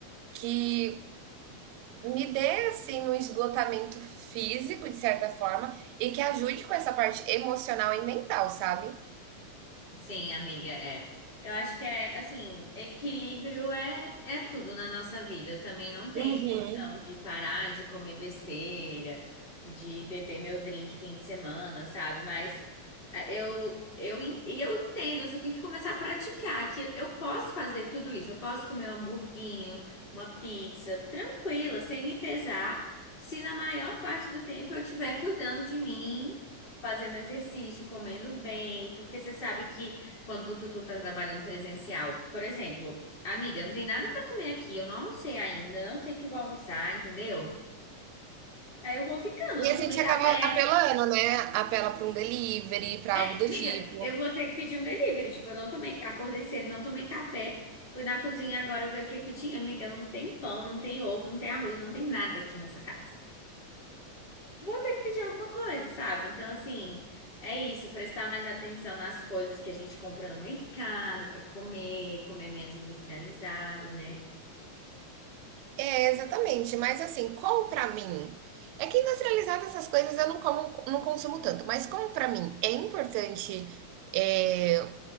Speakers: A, on the right; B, on the left.
A: que me dê, assim, um esgotamento físico, de certa forma, e que ajude com essa parte emocional e mental, sabe?
B: Sim, amiga, é. Eu acho que é assim, equilíbrio é, é tudo na nossa vida. Eu também não tenho
A: Uhum.
B: intenção de parar de comer besteira, de beber meu drink fim de semana, sabe? Mas ah, eu eu en- e eu entendo, eu só tenho que começar a praticar que eu posso fazer tudo isso. Eu posso comer um hamburguinho, uma pizza, tranquila, sem me pesar, se na maior parte do tempo eu estiver cuidando de mim fazendo exercício, comendo bem, porque você sabe que quando o Tutu tá trabalhando presencial, por exemplo, amiga, não tem nada pra comer aqui, eu não almocei ainda, não sei o que eu vou almoçar, entendeu? Aí eu vou ficando,
A: E
B: não
A: a
B: tomei
A: gente
B: café.
A: acaba apelando, né? Apela para um delivery, para
B: É,
A: algo do
B: amiga,
A: tipo.
B: eu vou ter que pedir um delivery, tipo, eu não tomei, acordei cedo, não tomei café. Fui na cozinha agora ver o que que tinha, amiga. Não tem pão, não tem ovo, não tem arroz, não tem nada aqui nessa casa. vou ter que pedir alguma coisa, sabe? Então, assim, é isso, prestar mais atenção nas coisas que a gente compra no mercado para comer, comer menos industrializado, né?
A: É, exatamente. Mas assim, como para mim, é que industrializado essas coisas eu não como, não consumo tanto. Mas como para mim é importante, é,